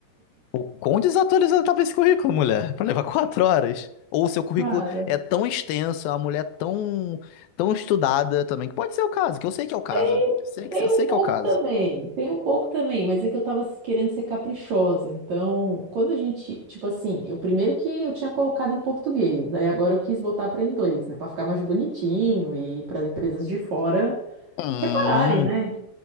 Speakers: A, on the left (about 75°); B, on the right (about 50°).
A: O quão desatualizado tava esse currículo, mulher? Pra levar quatro horas. Ou o seu currículo
B: Cara.
A: é tão extenso, a uma mulher é tão, tão estudada também, que pode ser o caso, que eu sei que é o caso.
B: Tem,
A: Sei que,
B: tem
A: eu sei
B: um
A: que
B: pouco
A: é o caso.
B: também, tem um pouco também, mas é que eu tava querendo ser caprichosa. Então, quando a gente, tipo assim, eu primeiro que eu tinha colocado em português, aí agora eu quis botar para inglês, né, para ficar mais bonitinho e para empresas de fora
A: Hum,
B: repararem, né?